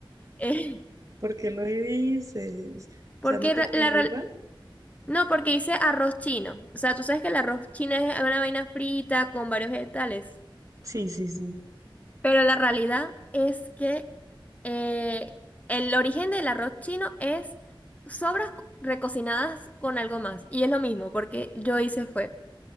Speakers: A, on the left (about 15°); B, on the right (about 35°).
A: Eh,
B: ¿Por qué lo dices? O
A: <laughs> porque
B: sea, ¿no te
A: ra-
B: quedó
A: la, real-
B: igual?
A: no, porque hice arroz chino. O sea, tú sabes que el arroz chino es una vaina frita con varios vegetales.
B: Sí, sí, sí.
A: Pero la realidad es que eh, el origen del arroz chino es sobras recocinadas con algo más. Y es lo mismo, porque yo hice fue.